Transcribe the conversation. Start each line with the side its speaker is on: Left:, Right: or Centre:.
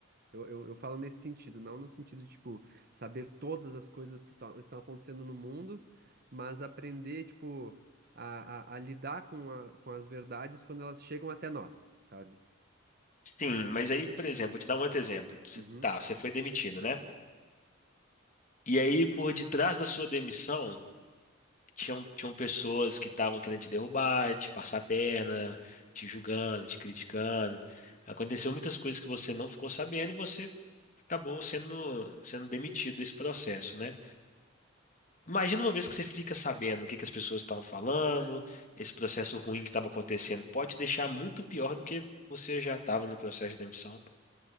Right: Eu, eu, eu falo nesse sentido, não no sentido de, tipo, saber todas as coisas que tão- estão acontecendo no mundo, mas aprender, tipo, a, a, a lidar com, a- com as verdades quando elas chegam até nós, sabe?
Left: Sim, mas aí, por exemplo, vou te dar um outro exemplo. Você,
Right: Uhum.
Left: tá, você foi demitido, né? E aí, por detrás da sua demissão, tinham, tinham pessoas que estavam querendo te derrubar, te passar a perna, te julgando, te criticando. Aconteceu muitas coisas que você não ficou sabendo e você acabou sendo, sendo demitido desse processo, né? Imagina uma vez que você fica sabendo o que que as pessoas estavam falando, esse processo ruim que estava acontecendo, pode te deixar muito pior do que você já estava no processo de demissão.